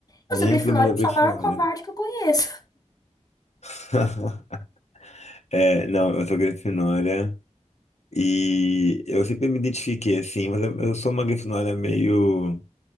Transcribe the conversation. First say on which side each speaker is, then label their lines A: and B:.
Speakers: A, on the left; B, on the left.
A: Eu
B: nem
A: sou Grifinória,
B: todo mundo é
A: eu
B: Grifinória.
A: sou a maior covarde que eu conheço.
B: <laughs> É, não, eu sou Grifinória e eu sempre me identifiquei assim, mas eu, eu sou uma Grifinória meio